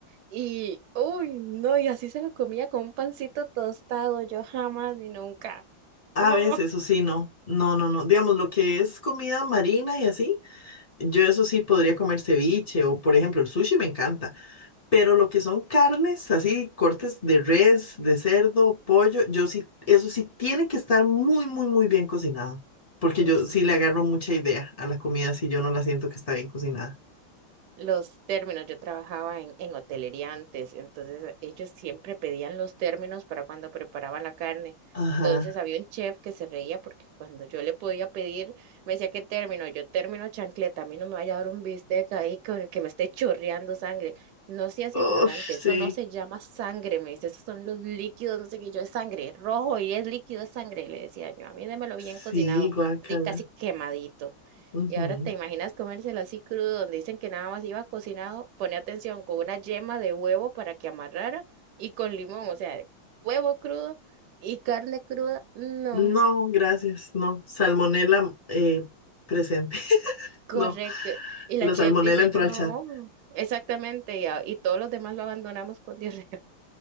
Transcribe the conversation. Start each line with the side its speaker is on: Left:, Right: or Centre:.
Right: Y, uy, no, y así se lo comía con un pancito tostado. Yo jamás ni nunca.
Left: A
Right: No.
Left: veces, eso sí, no. No, no, no. Digamos, lo que es comida marina y así. Yo eso sí podría comer ceviche o, por ejemplo, el sushi me encanta, pero lo que son carnes, así cortes de res, de cerdo, pollo, yo sí, eso sí tiene que estar muy, muy, muy bien cocinado, porque yo
Right: Eso.
Left: sí le agarro mucha idea a la comida si yo no la siento que está bien cocinada.
Right: los términos. Yo trabajaba en, en hotelería antes, entonces ellos siempre pedían los términos para cuando preparaban la carne.
Left: Ajá.
Right: Entonces había un chef que se reía porque cuando yo le podía pedir, me decía, ¿qué término? Yo término chancleta, a mí no me vaya a dar un bistec ahí con el que me esté chorreando sangre. No seas
Left: Uf,
Right: ignorante, eso
Left: sí,
Right: no se llama sangre, me dice, esos son los líquidos, no sé qué, yo es sangre, rojo y es líquido, es sangre, le decía yo, a mí démelo
Left: sí,
Right: bien cocinado,
Left: guácala.
Right: así casi quemadito.
Left: Ujú.
Right: Y ahora te imaginas comérselo así crudo, donde dicen que nada más iba cocinado, pone atención, con una yema de huevo para que amarrara y con limón, o sea, huevo crudo y carne cruda, no,
Left: No, gracias, no. Salmonela eh, presente. <laughs>
Right: correcto.
Left: No,
Right: Y la
Left: la
Right: chef
Left: salmonela
Right: dice,
Left: entró
Right: no,
Left: al chat.
Right: exactamente, y, a- y todos los demás lo abandonamos con diarrea. <laughs>